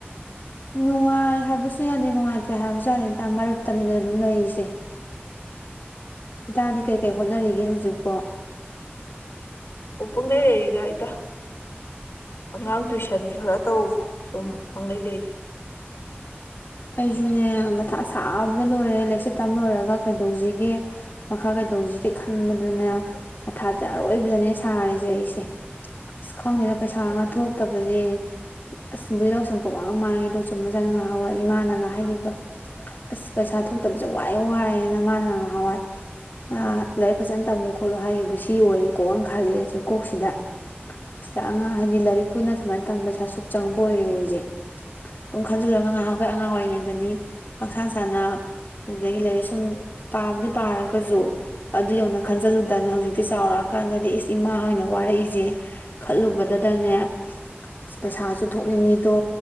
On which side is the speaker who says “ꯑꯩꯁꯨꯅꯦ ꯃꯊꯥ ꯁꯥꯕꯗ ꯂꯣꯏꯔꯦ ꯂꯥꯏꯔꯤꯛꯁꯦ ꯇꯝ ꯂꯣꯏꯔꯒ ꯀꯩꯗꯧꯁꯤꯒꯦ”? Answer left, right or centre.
Left